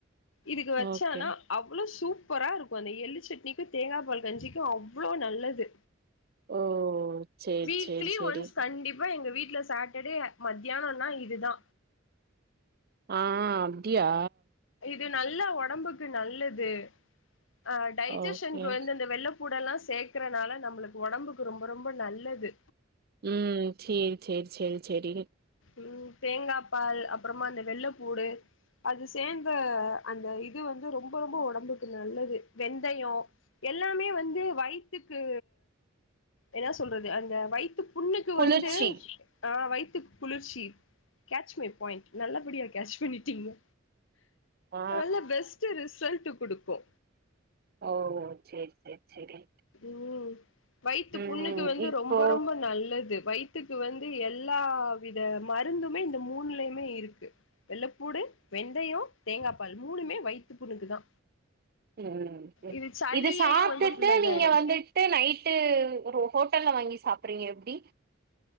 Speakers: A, on the left (about 75°); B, on the right (about 50°).
A: இதுக்கு வச்ச
B: ஓகே
A: அனா அவ்ளோ சூப் பரா இருக்கு இந்த எள்ளு சட்னிக்கு தேங்காய பால் கஞ்சிக்கு அவ்ளோ நல்லது
B: ஓ சேரி
A: வீக்லி
B: சேரி சேரி
A: ஒன்ஸ் கண்டிப்பா எங்க வீட் ட்ல சாட்டர்டே மத்யானொனா இதுதா
B: ஆ அப்டியா
A: து நல்லா ஒடம்புக்கு நல்லது ஆ டைஜஷன்க்கு
B: ஓகே
A: வந்து இந்த வெள்ள பூடல்லா சேக்குறனால நம்ளுக்கு ஒடம்புக்கு ரொம்ப ரொம்ப நல்லது
B: உம் சேரி சேரி சேரி சேரி
A: உம் தேங்கா பால் அப்புறமா இந்த வெள்ளப்பூடு அது சேந்த அந்த இது வந்து ரொம்ப ரொம்ப ஒடம்புக்கு நல்லது வெந்தயொ எல்லாமே வந்து வயித்துக்கு என்ன சொல்றது அந்த வயித்து புண்ணுக்கு
B: குளிர்ச்சி
A: வந்து ஆ வை த்து குளிர்ச்சி கேட்ச் மை பாயிண்ட் நல்லபடியா கேட்ச் பண்ணிட்டீங்க
B: ஆ
A: நல்லா பெஸ்ட்டு ரிசல்ட்டு குடுக் கு
B: ஓ சேரி சேரி சேரி
A: உம் வயித்து
B: ம்
A: புண்ணுக்கு வந்து
B: இப்போ
A: ரொம்ப ரொம்ப நல்லது வயித் த்துக்கு வந்து எல்லா வித மருந்துமே இந்த மூணுலயுமே இருக்கு வெள்ளப்பூடு வெந்தயொ தேங்காப் பால் மூணுமே வயித்து புண்ணுக்கு தா
B: உம்
A: இது சளியையு
B: இத சாப்டுட்டு
A: வந்து ஃபுல்லா இதாயிரு
B: நீங் க வந்துட்டு நைட்டு ஒரு ஹோட்டல்ல வாங்கி சாப்புறீங்க எப்டி